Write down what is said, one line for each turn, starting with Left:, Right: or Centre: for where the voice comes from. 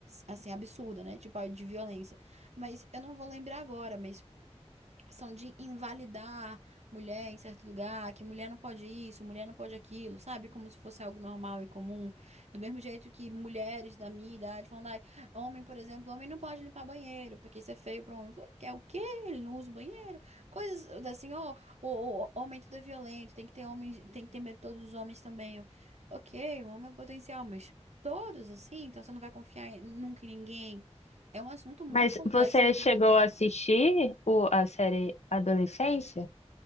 Right: assim absurda, né? Tipo, ah, de violência. Mas eu não vou lembrar agora, mas são de invalidar mulher em certo lugar, que mulher não pode isso, mulher não pode aquilo, sabe? Como se fosse algo normal e comum. Do mesmo jeito que mulheres da minha idade vão dar, homem, por exemplo, homem não pode limpar banheiro, porque isso é feio para homem. Eu Falei, quer o quê? Ele não usa o banheiro. Coisas assim, ó, o, o- homem tudo é violento, tem que ter homem, tem que ter medo de todos os homens também. Eu, ok, o homem é o potencial, mas todos assim, então você não vai confiar em- nunca em ninguém. É um assunto muito
Left: Mas
Right: complexo
Left: você
Right: e muito
Left: chegou
Right: dele-
Left: a assistir o, a série Adolescência?